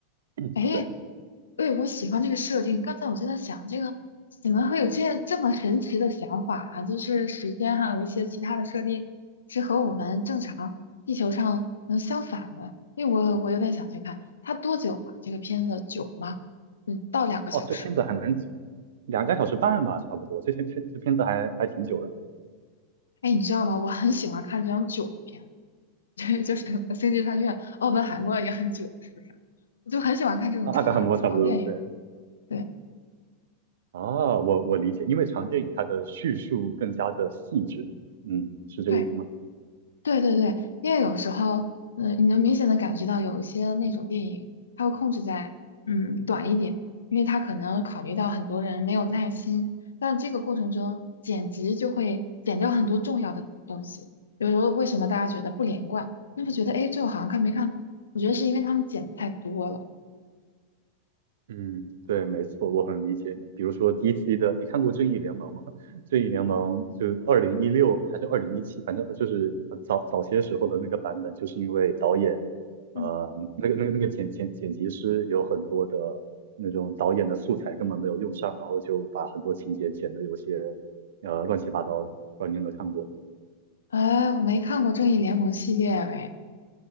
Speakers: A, on the right (about 60°); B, on the left (about 70°).
A: <clears throat>
B: 哎
A: 对
B: 哎，我喜欢这个设定。刚才我就在想，这个怎么会有这样这么神奇的想法啊？就是时间还有一些其他的设定是和我们正常地球上能相反的。因为我我有点想去看它多久啊？这个片子久吗？嗯，到两个小时。
A: 哦，这片子还蛮两个小时半吧，差不多，这片片这片子还还挺久的。
B: 哎，你知道吗？我很喜欢看这种久片，<laughs> 对，就是 <laughs> 什么《星际穿越》《奥本海默》也很久，是不是？我就很喜欢看这种长长电影。
A: <laughs> 啊，达尔摩差不多，对，
B: 对
A: 啊，我我理解，因为长电影它的叙述更加的细致，嗯，是这个意思吗？
B: 对对对对，因为有时候，嗯、你能明显的感觉到有一些那种电影，它会控制在嗯短一点，因为它可能考虑到很多人没有耐心，但这个过程中剪辑就会剪掉很多重要的东西。比如说，为什么大家觉得不连贯？那会觉得哎，诶这我好像看没看懂？我觉得是因为他们剪得太多了。
A: 嗯，对，没错，我很理解你。比如说 DC 的，你看过《正义联盟》吗？<laughs>《正义联盟》就二零一六还是二零一七，反正就是呃早早些时候的那个版本，就是因为导演，
B: 嗯，
A: 呃，那个那个那个剪剪剪辑师有很多的那种导演的素材根本没有用上，然后就把很多情节剪的有些呃乱七八糟的，不知道你有没有看过？
B: 哎，我没看过《正义联盟》系列喂，